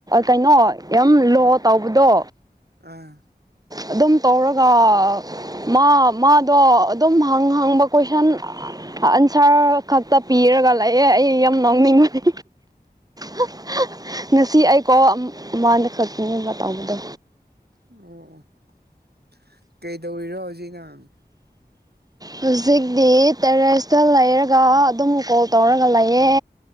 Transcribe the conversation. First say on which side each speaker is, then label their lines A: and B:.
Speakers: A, on the right (about 25°); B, on the right (about 75°).
A: ꯀꯩꯅꯣ ꯌꯥꯝ ꯂꯣ ꯇꯧꯕꯗꯣ
B: ꯑꯥ
A: ꯑꯗꯨꯝ ꯇꯧꯔꯒ ꯃꯥ ꯃꯥ ꯑꯗꯣ ꯑꯗꯨꯝ ꯍꯪ ꯍꯪꯕ ꯀꯣꯏꯁꯟ ꯑꯟꯁꯥꯔ ꯈꯛꯇ ꯄꯤꯔꯒ ꯂꯩꯑꯦ ꯑꯩ ꯌꯥꯝ ꯅꯣꯛꯅꯤꯡꯕꯅꯤ꯫ ꯍ ꯍ ꯉꯁꯤ ꯑꯩꯀꯣ ꯃꯗ ꯈꯛꯇꯅꯦꯕ ꯇꯧꯕꯗꯣ꯫
B: ꯎꯝ ꯎꯝ ꯫ ꯀꯩꯗꯧꯔꯤꯔꯣ ꯍꯧꯖꯤꯛ ꯅꯪ?
A: ꯍꯧꯖꯤꯛꯇꯤ ꯇꯦꯔꯦꯁꯇ ꯂꯩꯔꯒ ꯑꯗꯨꯝ ꯀꯣꯜ ꯇꯧꯔꯒ ꯂꯩꯌꯦ꯫